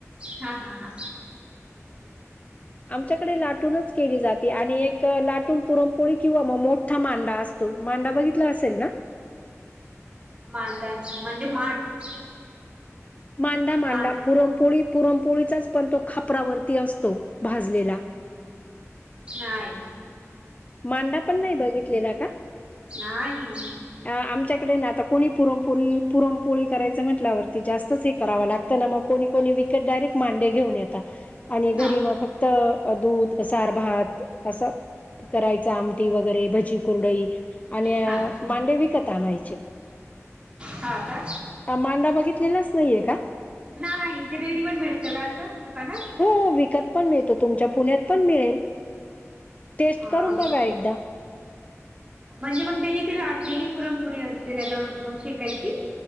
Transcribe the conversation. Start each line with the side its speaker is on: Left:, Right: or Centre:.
Right: हा हा हा.
Left: आमच्याकडे लाटूनच केली जाते, आणि एक लाटून पुरणपोळी किंवा मग मोठा मांडा असतो. मांडा बघितला असेल ना.
Right: मांधन म्हणजे माठ.
Left: मांडा मांडा
Right: मान
Left: पुरमपोळी पुरमपोळीचाच पण तो खापरावरती असतो, भाजलेला.
Right: नाही.
Left: मांडा पण नाही बघितलेला का?
Right: नाही
Left: आमच्याकडे ना आता कोणी पुरनपोळी पुरमपोळी करायचं म्हटल्यावरती जास्तच हे करावं लागतं. मग कोणी कोणी विकेत डायरेक्ट मांडे घेऊन येता आणि घरी
Right: हा
Left: म फक्त दूध सार भात असं करायच आमटी वगैरे भजी कुरडई आणि
Right: हा
Left: मांडे विकत आणायचे.
Right: हा का
Left: मांडा बघितलेलाच नाहीये का?
Right: नाही,, ते रेडीमेड भेटत का असं, दुकानात.
Left: हो विकत पण मिळतो, तुमच्या पुण्यात पण मिळेल, टेस्ट
Right: अ
Left: करून बघा एकदा्
Right: म्हणजे मग त्याची ती लाटलेली पुरणपोळी असते त्याच्यावर मग शेकायची.